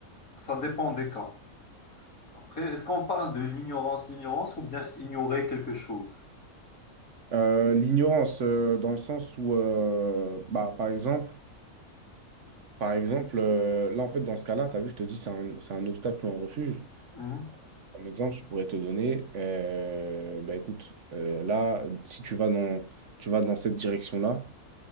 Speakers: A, on the left; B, on the right.
A: ça dépend des cas. Après, est-ce qu'on parle de l'ignorance, l'ignorance ou bien ignorer quelque chose?
B: Euh, l'ignorance, euh, dans le sens où, euh, bah, par exemple, Par exemple, euh, là, en fait, dans ce cas-là, tu as vu, je te dis, c'est un, c'est un obstacle ou un refuge.
A: Mhm,
B: Comme exemple, je pourrais te donner, euh, bah écoute, euh, là, si tu vas dans, tu vas dans cette direction-là,